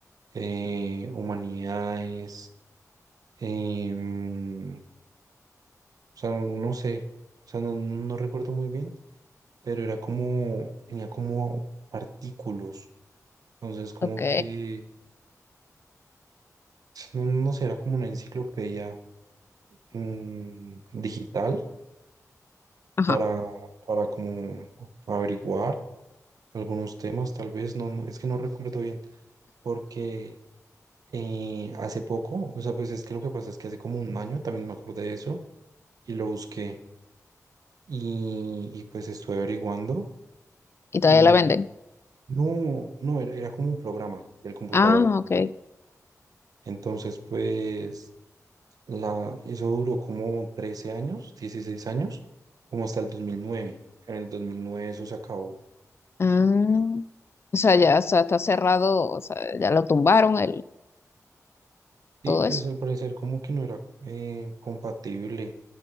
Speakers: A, on the right; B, on the left.
A: eh, humanidades, em, o sea, no sé, o sea, no, no recuerdo muy bien, pero era como, tenía como artículos, entonces como
B: Ok.
A: que, <sniffs> no, no sé, era como una enciclopedia, mm, digital
B: Ajá.
A: para, para como averiguar algunos temas, tal vez, no, no, es que no recuerdo bien, porque eh, hace poco, o sea, pues es que lo que pasa es que hace como un año también me acordé de eso y lo busqué y, y pues estuve averiguando
B: Y todavía
A: y
B: la venden.
A: no, no, era, era como un programa del computador.
B: Ah, ok.
A: Entonces, pues, la, eso duró como 13 años, 16 años, como hasta el dos mil nueve En el 2009 eso se acabó.
B: Ah, o sea, ya, o sea, está cerrado, o sea, ya lo tumbaron el,
A: Sí,
B: todo
A: pues
B: eso.
A: al parecer como que no era eh, compatible